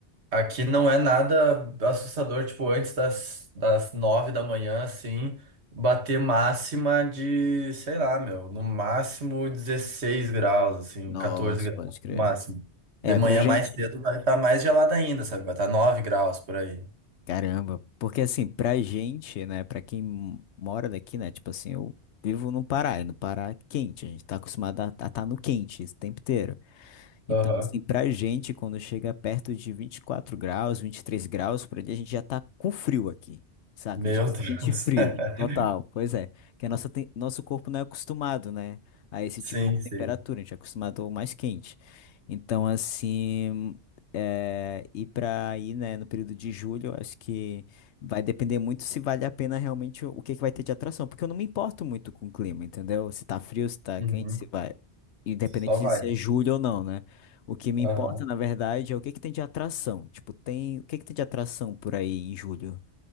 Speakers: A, on the right (about 75°); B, on the left (about 80°).
A: aqui não é nada assustador, tipo, antes das, das nove da manhã, assim, bater máxima de, sei lá, meu, no máximo 16 graus, assim,
B: Nossa,
A: 14 graus,
B: pode crer.
A: no máximo.
B: É,
A: De manhã
B: pra gente.
A: mais cedo vai estar mais gelada ainda, sabe? Vai estar 9 graus por aí.
B: Caramba. Porque, assim, pra gente, né, pra quem m- mora daqui, né, tipo assim, eu vivo no Pará, e no Pará é quente, a gente tá acostumado a estar no quente esse tempo inteiro. Então,
A: Aham.
B: assim, pra gente, quando chega perto de 24 graus, 23 graus, por ali, a gente já tá com frio aqui, saca?
A: Meu
B: A gente já se
A: Deus.
B: sente frio,
A: <laughs>
B: total, pois é. Que a nossa, tem- nosso corpo não é acostumado, né, a esse
A: Sim,
B: tipo de temperatura,
A: sim.
B: a gente é acostumado ao mais quente. Então, assim, é, ir pra aí, né, no período de julho, eu acho que vai depender muito se vale a pena realmente o o que é que vai ter de atração, porque eu não me importo muito com o clima, entendeu? Se tá frio, se tá
A: Uhum.
B: quente, se vai... Independente
A: Só vai.
B: de ser julho ou não, né? O que me
A: Aham.
B: importa, na verdade, é o que que tem de atração. Tipo, tem. O que que tem de atração por aí em julho?